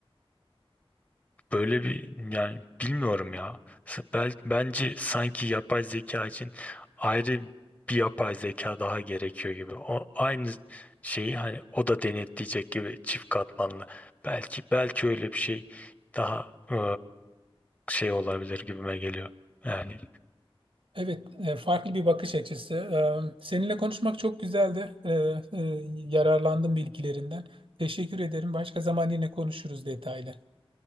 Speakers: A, on the left; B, on the right.
A: Böyle bir yani bilmiyorum ya. S- Bel, bence sanki yapay zeka için ayrı bir yapay zeka daha gerekiyor gibi. O aynı şeyi hani o da denetleyecek gibi çift katmanlı. Belki belki öyle bir şey daha e, şey olabilir gibime geliyor. Yani
B: Evet, e, farklı bir bakış açısı. E, Seninle konuşmak çok güzeldi. E, e, Yararlandım bilgilerinden. Teşekkür ederim. Başka zaman yine konuşuruz detaylı.